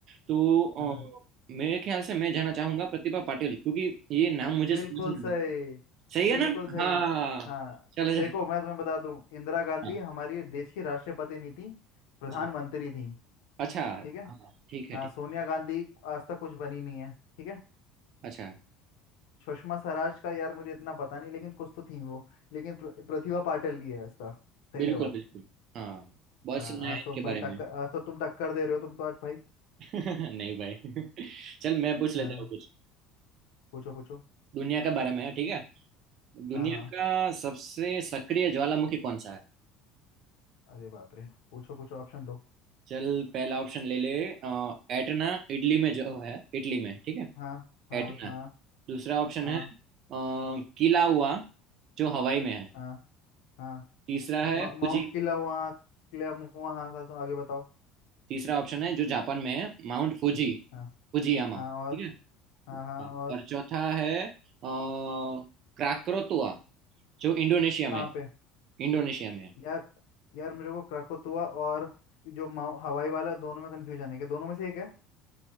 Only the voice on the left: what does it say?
हाँ
बिल्कुल
सही
बिल्कुल
सही
हाँ
देखो मैं तुम्हें बता दूं इंदिरा गांधी
हमारी देश की राष्ट्रपति नहीं थी प्रधानमंत्री
थी
ठीक है
हाँ
सोनिया गांधी आज तक कुछ बनी नहीं है ठीक है
सुषमा स्वराज का यार मुझे इतना पता नहीं लेकिन कुछ तो थी वो लेकिन प्र, प्रतिभा पाटिल ही है इसका सही
जवाब
हाँ
आज
तो भाई
टक्कर
आज तो तुम टक्कर दे रहे हो तुम तो आज भाई
हाँ
पूछो पूछो
हाँ हाँ
अरे बाप रे पूछो पूछो ऑप्शन दो
हाँ हाँ
हाँ
हाँ
हाँ हाँ
मा-
माउंट किला वहाँ किला मुआ हाँ हाँ सुनो आगे बताओ
हाँ
हाँ और
हाँ हाँ
और
कहाँ
पे
यार यार मेरे को क्राकोतुआ और जो माउ- हवाई वाला दोनों में कंफ्यूजन है कि दोनों में से एक है